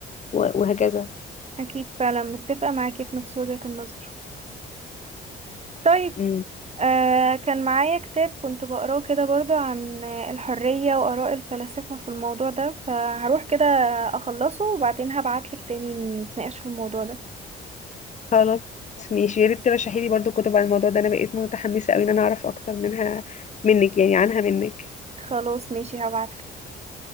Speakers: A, on the left (about 35°); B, on the right (about 35°).
A: و... وهكذا
B: اكيد فعلا متفقة معاكي في نفس وجهة النظر طيب
A: امم
B: آه كان معايا كتاب كنت بقراه كده برضو عن آه، الحرية وآراء الفلاسفة في الموضوع ده فهروح كده أخلصه وبعدين هبعتلك تاني نتناقش في الموضوع ده
A: خلاص ماشي يا ريت ترشحي لي برضو كتب عن الموضوع ده أنا بقيت متحمسة أوي إن أنا أعرف أكتر منها منك يعني عنها منك
B: خلاص ماشي هبعتلك